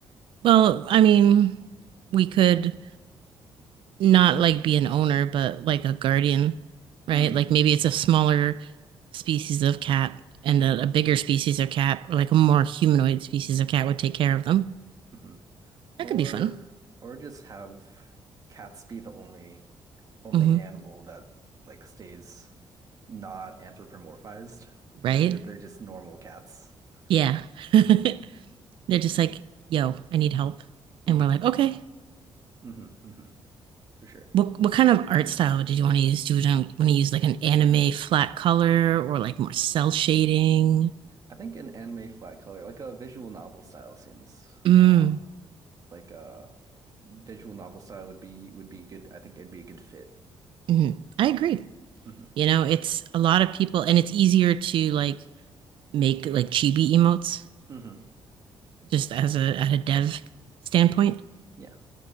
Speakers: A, on the right (about 65°); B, on the right (about 40°).
A: Well, I mean, we could not like be an owner, but like a guardian, right?
B: Mm.
A: Like maybe it's a smaller species of cat and
B: hmm
A: a, a bigger species of cat, or like a more humanoid species of cat would take care of them.
B: hmm
A: That
B: Or
A: could be fun.
B: or just have cats be the only only
A: hmm
B: animal that like stays not anthropomorphized.
A: Right?
B: Uh, ju- they're just normal cats.
A: Yeah. <laughs> They're
B: hmm
A: just like, yo, I need help.
B: hmm
A: And we're like, okay.
B: hmm hmm For sure.
A: What what kind of art style did you want to use? Do you want to use like an anime flat color or like more cell shading?
B: I think an anime flat color, like a visual novel style, seems
A: Mm,
B: um like uh visual novel style would be would be good. I think it'd be a good fit.
A: mhm. I agree.
B: hmm
A: You know, it's a lot of people, and it's easier to like make like chibi emotes
B: hmm
A: just as a at a dev standpoint.
B: Yeah,